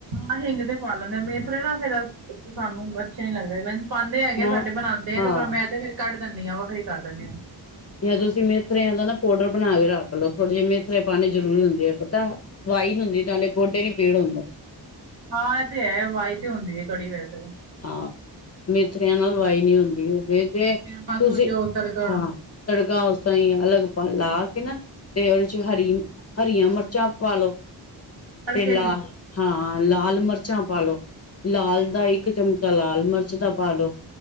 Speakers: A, on the right; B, on the left.
A: ਹਾਂ ਹਿੰਗ ਤੇ ਪਾ ਲੈਂਨੇ ਆ, ਮੇਥਰੇ ਨਾ ਫੇਰ ਸਾਨੂੰ ਅੱਛੇ ਨੀ ਲੱਗਦੇ ਵੇਨ ਪਾਂਦੇ ਹੈਗੇ
B: ਨਾ
A: ਆ, ਸਾਡੇ ਬਨਾਂਦੇ ਐ,
B: ਹਾਂ
A: ਤੇ ਪਰ ਮੈਂ ਤੇ ਫੇਰ ਕਾੱਡ ਦੇਨੀ ਆਂ, ਵੱਖਰੇ ਈ ਕਾਰ ਦੇਨੀ ਆਂ।
B: ਯਾ ਤੂਸੀ ਮੇਥਰੇ ਦਾ ਨਾ ਪਾਊਡਰ ਬਨਾ ਕੇ ਰਾੱਖ ਲੋ, ਥੋੜੇ ਜੇ ਮੇਥਰੇ ਪਾਨੇ ਜ਼ਰੂਰੀ ਹੁੰਦੈ, ਪਤੈ। ਵਾਈ ਨੀ ਹੁੰਦੀ, ਨਾਲੇ ਗੋਡੇ ਨੀ ਪੀੜ ਹੁੰਦੇ।
A: ਹਾਂ, ਐ ਤੇ ਹੈ ਵਾਈ ਤੇ ਹੁੰਦੀ ਏ ਕੜੀ ਵੈਸੇ।
B: ਹਾ ਮੇਥੇਰੇਆਂ ਨਾਲ ਵਾਈ ਨੀ ਹੁੰਦੀ, ਹੋਵੇ ਜੇ
A: ਫੇਰ ਬਸ
B: ਤੂਸੀ,
A: ਉਹੀ ਉਹ ਤੜਕਾ
B: ਹਾਂ। ਤੜਕਾ ਉਸ ਤਰਾਂ ਈ ਅਲੱਗ ਲਾ ਕੇ ਨਾ ਤੇ ਓਦੇ ਚ ਹਰੀ, ਹਰੀਆਂ ਮਰਚਾਂ ਪਾਲੋ
A: ਤੜਕੇ
B: ਤੇ ਲਾ,
A: ਚ
B: ਹਾਂ ਲਾਲ ਮਰਚਾਂ ਪਾਲੋ, ਲਾਲ ਦਾ ਇੱਕ ਚਮਚਾ ਲਾਲ ਮਰਚ ਦਾ ਪਾਲੋ,